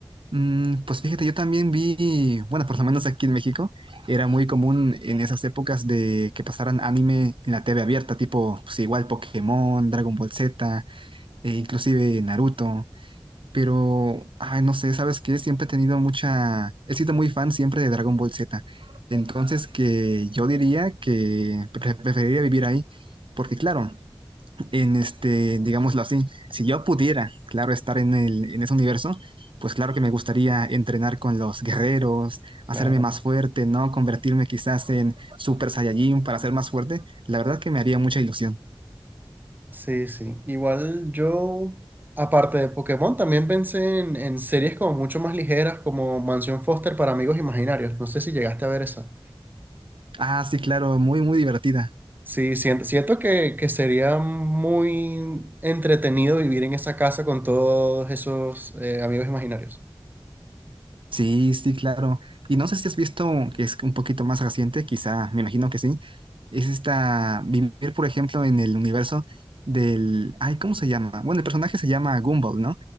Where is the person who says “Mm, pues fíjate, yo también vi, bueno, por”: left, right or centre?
Right